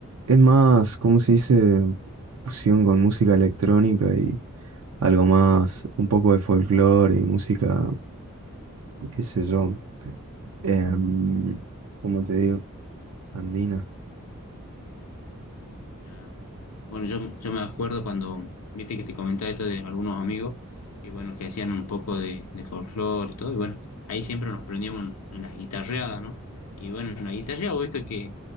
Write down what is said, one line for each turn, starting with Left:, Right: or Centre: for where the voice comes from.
Right: Es más, ¿cómo se dice? Fusión con música electrónica y algo más, un poco de folclore y música, qué sé yo. em, ¿cómo te digo? Andina.
Left: Ah, Bueno, yo, yo me acuerdo cuando viste que te comentaba esto de algunos amigos que bueno, que hacían un poco de, de folclore y todo, y bueno, ahí siempre nos prendíamos en, en las guitarreadas, ¿no? Y bueno, en la guitarreada vos esto que